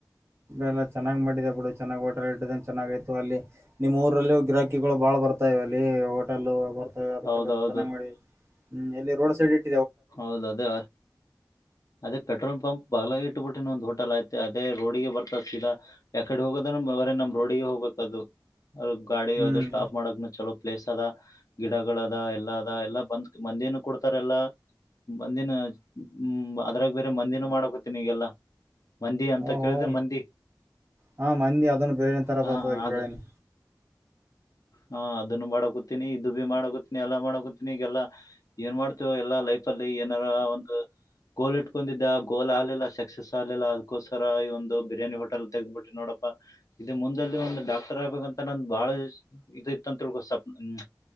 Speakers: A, on the right; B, on the left.
A: ಇಲ್ಲ ಚೆನ್ನಾಗ್ ಮಾಡಿದೆ ಬಿಡು ಚೆನ್ನ್ ಹೋಟೆಲ್ ಇಟ್ಟ ಚೆನ್ನಾಗ ಆತು ಅಲ್ಲಿ ನಿಮ್ಮ ಊರಲ್ಲಿೂ ಗ್ರಾಹಕಿಗಳು ಬಾಳ ಬರ್ ಬತವೆ ಅಲ್ಲಿ ಹೋಟೆಲ್ ಬರ್ತಾ
B: ಹೌದೌದು
A: ಚೆನ್ನಾಗ್ ಮಾಡ ಇಲ್ಲಿ ರೋಡ್ ಸೈಡ್ ಇ
B: ಹೌದ ಅದೇ ಅದೇ ಪೆಟ್ರೋಲ್ ಪಂಪ್ ಬಗ್ಲಾಗಿ ಇಟ್ುಬಿಟ್ಟೆ ಒಂದ ಹೋಟೆಲ್ ಆಯ್ತೆ ಅದೇ ರೋಡಿಗೆ ಬರ್ತಾ ಸೀದಾ ಎಕಡೆ ಹೋಗೋದ್ರ ಅವರೇ ನಮ್ ರೋಡಿಗೆ ಹೋಗ್ಬೇಕ ಅದು್ರ ಗಾಡಿ
A: ಹ್ಮ್
B: ಅದು ಸ್ಟಾಪ್ ಮಾಡಕ್ ಚಲೋ ಪ್ಲೇಸ್ ಅದ ಗಿಡಗಳ ಅದ ಎಲ್ಲಾ ಅದ ಎಲ್ಲಾ ಬಂದ್ ಮಂದಿನು ಕೊಡ್ತಾರೆ ಎಲ್ಲಾ ಮಂದಿನ ಹ್ಮ ಅದ್ರಾಗ ಬೇರೆ ಮಂದಿನ ಮಾಡಕೊತ್ತಿನ ಈಗೆಲ್ಲಾ ಮಂದಿ ಅಂತ
A: ಓಹೋ
B: ಕೇಳಿದ್ರೆ ಮಂದಿ
A: ಹಾ ಮಂದಿ ಅದನ್ನು ಬೇರೆ ತರ
B: ಹಾ
A: ಬರ್ತದ
B: ಅದ
A: ಕೇಳನಿ
B: ಹಾ ಅದನ್ನು ಮಾಡಕೊತೀಿನಿ ಇದು ಭ ಮಾಡಕ ಎಲ್ಲಾ ಮಾಡಕತಿನಿ ಈಗೆಲ್ಲಾ ಏನ್ ಮಾಡ್ತೇವ ಎಲ್ಲಾ ಲೈಫ ಅಲ್ಲಿ ಏನಾರ ಒಂದು ಗೋಲ್ ಇಟ್ಕೊಂಡಿದ್ದ ಆ ಗೋಲ್ ಆಲಿಲ್ಲ ಸಕ್ಸಸ್ ಆಲಿಲ್ಲ ಅದಕ್ಕೋಸ್ರ ಈ ಒಂದು ಬಿರಿಾನಿ ಹೋಟಲ್ ತೆಗಬಿಟ್ಟಿ ನೋಡಪ್ಪ ಇ ಮುಂದದಲ್ಲಿ ಒಂದು್ ಡಾಕ್ಟರ್ ಆಗ್ಬೇಕಂತ ನಂದ ಬಾಳ ಇದ ಇತ್ತಂತ ತಿಳ್ಕೋ ಸಪ್ ಹ್ಮ್